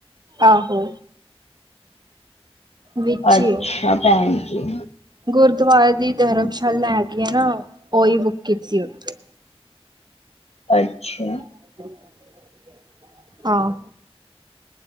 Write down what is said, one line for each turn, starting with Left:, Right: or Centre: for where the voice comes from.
Right: ਆਹੋ। ਵਿੱਚ
Left: ਅੱਛਾ
Right: ਹੀ ਹੈ।
Left: ਭੈਨ ਜੀ।
Right: ਗੁਰਦੁਆਰੇ ਦੀ ਧਰਮਸ਼ਾਲਾ ਹੈਗੀ ਐ ਨਾ ਓਈ ਬੁੱਕ ਕੀਤੀ ਓਥੇ।
Left: ਅੱਛੇਆ।
Right: ਐਦਾਂ ਈ ਹਾਂ।